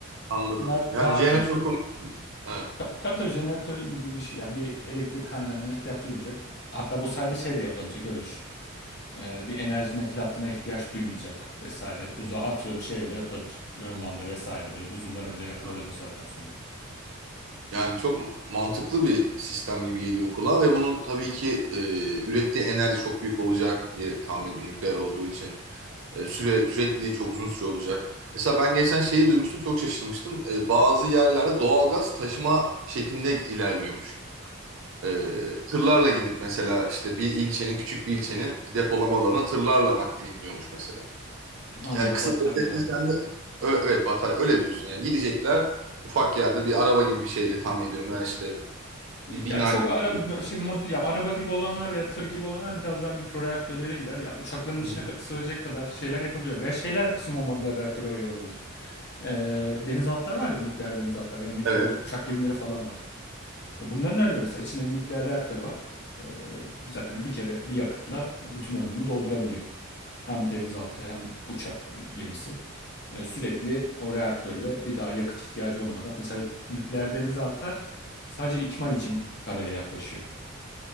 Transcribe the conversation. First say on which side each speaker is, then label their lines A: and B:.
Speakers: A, on the right; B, on the left.
A: Anladım.
B: Bunlar
A: Yani
B: daha
A: jeneratör
B: küçük.
A: kurmak. Evet.
B: Ta- Tabii tabii jeneratör gibi bir şey. Yani bir elektrik kaynağına ihtiyaç duymayacak. Hatta bu sayede şey de yapılabilecek öyle düşün. Ee, bir enerji nakil hattına ihtiyaç duymayacak vesaire. Uzağa
A: Hı hı.
B: atıyorum şey bile yapılabilir. Grönland'a vesaire böyle buzullara bile yapılabilir
A: Evet.
B: o saatten sonra.
A: Yani çok mantıklı bir sistem gibi geliyor kulağa ve bunun tabii ki e, ürettiği enerji çok büyük olacak diye tahmin ediyorum nükleer olduğu için. E, süre, sürekliliği çok uzun süre olacak. Mesela ben geçen şeyi duymuştum, çok şaşırmıştım. E, bazı yerlerde doğalgaz taşıma şeklinde ilerliyormuş. E, tırlarla gidip mesela işte bir ilçenin, küçük bir ilçenin depolama alanına tırlarla naklediliyormuş mesela.
B: Allah
A: Yani kısa
B: bataryalarla.
A: bir özetle sen de Ö- evet batarya öyle diyorsun yani gidecekler ufak yerde bir araba gibi bir şeyle tahmin ediyorum. Yani işte
B: Ya
A: bir bina
B: çok
A: gibi.
B: ara şey modül ya araba gibi olanlar veya tır gibi olanlar biraz daha mikro reaktörlere girer. Ya uçakların içine
A: Hı hı.
B: ka- sığacak kadar şeyler yapabiliyor. Veya şeyler small modular reaktörü oyu olabilir. Ee, denizaltılar var ya nükleer denizaltılar veya nükleer
A: Evet.
B: uçak gemileri falan var. Ya bunların öyle mesela içinde bir nükleer reaktör var. Ee, zaten bir kere bir yakıtla bütün ömrünü doldurabiliyor. Hem denizaltı hem uçak gemisi. E, sürekli o reaktörle bir daha yakıt ihtiyacı olmadan. Mesela nükleer denizaltılar sadece ikmal için karaya yaklaşıyor.